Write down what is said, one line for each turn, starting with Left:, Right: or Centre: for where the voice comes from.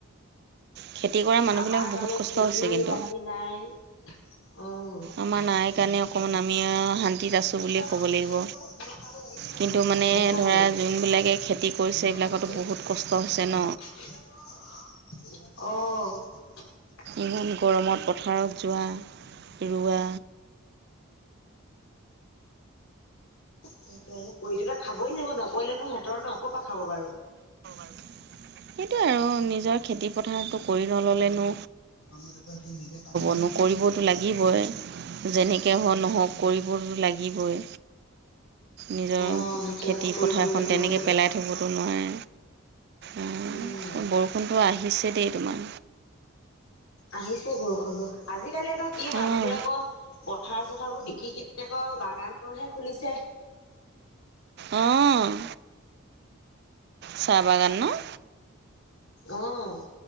Right: খেতি কৰা মানুহবিলাকৰ
Left: আমাৰ
Right: বহুত
Left: বাৰু
Right: কষ্ট
Left: খেতি
Right: হৈছে কিন্তু
Left: বাতি নাই। অ',
Right: আমাৰ নাই কাৰণে অকণমান আমি শান্তিত আছোঁ বুলিয়ে ক'ব লাগিব
Left: সঁচাকে।
Right: কিন্তু মানে ধৰা যোনবিলাকে খেতি কৰিছে এইবিলাকতো বহুত
Left: অ'।
Right: কষ্ট হৈছে ন ইমান গৰমত পথাৰত যোৱা ৰুৱা
Left: সেই কৰি দুটা খাবই লাগিব নকৰিলেনো সিহঁতৰ ন' ক'ৰপা খাব বাৰু।
Right: <inaudible> সেইটোৱে আৰু নিজৰ খেতি পথাৰটো কৰি নল'লেনো
Left: মতে সি নিজে পাতি দি
Right: নকৰিবতো লাগিবই যেনেকৈ হ নহওক কৰিবতো লাগিব। বৈ, নিজৰ
Left: অ সেইটো
Right: খেতি
Left: আকৌ কৰিবতো
Right: পথাৰখন
Left: লাগিবই
Right: তেনেকৈ পেলাই থব টো নোৱাৰে, আ,
Left: উম
Right: বৰষুণটো আহিছে। তেই তোমাৰ।
Left: আহিছে বৰষুনটো। আজিকালি আকৌ কি মানুহবোৰে
Right: অঁ
Left: আকৌ পথাৰ চথাৰবোৰ বিকি কিনে আকৌ গানোহে খুলিছে।
Right: অ'। চাহ বাগান ন'?
Left: অ'।